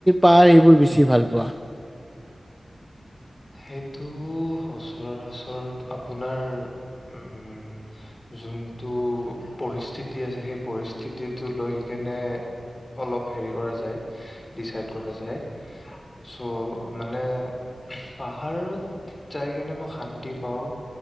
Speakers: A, in the centre; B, on the left.
A: পাহাৰ এইবোৰ বেছি ভাল পোৱা?
B: সেইটো সচৰাচৰ আপোনাৰ উম যোনটো পৰিস্থিতি আছে, সেই পৰিস্থিতিটো লৈ কেনে অলপ হেৰি কৰা যায় ডিচাইড কৰা যায় চ' মানে পাহাৰত যাই কেনে মই শান্তি পাওঁ,